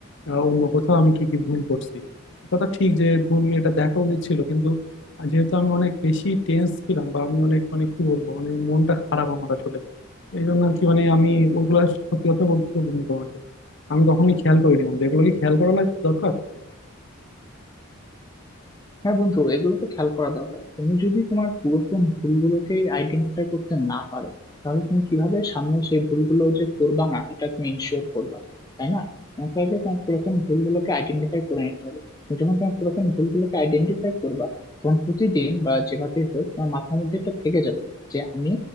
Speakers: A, on the left; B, on the left.
A: আহ, অন্য কোথাও আমি কি কি ভুল করছি এ কথা ঠিক যে ভুল এটা দেখা উচিত ছিল কিন্তু যেহেতু আমি অনেক বেশি টেন্স ছিলাম বা আমি অনেক মানে কি বলবো মানে মনটা খারাপ আমার আসলে এই জন্য আর কি মানে আমি ওগুলো সত্যি কথা বলতেছি বন্ধু তোমাকে আমি কখনোই খেয়াল করিনি বন্ধু এগুলো কি খেয়াল করা লাগ- দরকার
B: হ্যাঁ বন্ধু এগুলো তো খেয়াল করা দরকার তুমি যদি তোমার পুরাতন ভুলগুলোকে আইডেন্টিফাই করতে না পারো তাহলে তুমি কিভাবে সামনে সেই ভুলগুলো যে করবা না এটা তুমি ইনশিওর করবা তাই না তোমাকে আগে তোমার পুরাতন ভুলগুলোকে আইডেন্টিফাই করে নিতে হবে তুমি যখন তোমার পুরাতন ভুলগুলোকে আইডেন্টিফাই করবা তখন প্রতিদিন বা যেভাবে হোক তোমার মাথার মধ্যে এটা থেকে যাবে যে আমি